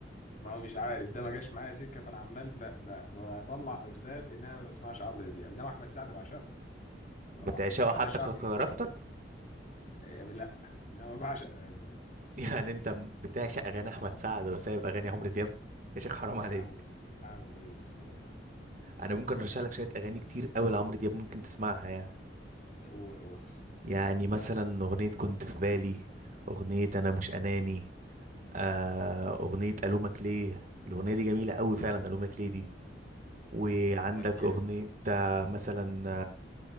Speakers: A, on the left; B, on the right.
A: ما هو مش عارف ده ما جاش معايا سكة فأنا عمال ب... ب... بطلع أسباب إن أنا ما بسمعش عمرو دياب إنما أحمد سعد بعشقه الصراحة
B: بتعشقه
A: بعشق
B: حتى ككاركتر
A: أحمد سعد يعني لأ إنما بعشق يعني
B: <laughs> يعني انت م- بتعشق اغاني احمد سعد وسايب اغاني عمرو دياب يا شيخ حرام عليك
A: هعمل هعمل إيه يا اسطى بس
B: انا ممكن ارشح لك شويه اغاني كتير قوي لعمرو دياب ممكن تسمعها يعني
A: قول قول
B: يعني مثلا اغنيه كنت في بالي اغنيه انا مش اناني آه اغنيه الومك ليه الاغنيه دي جميله قوي فعلا الومك ليه دي وعندك
A: طب كام؟
B: أغنية آه، مثلا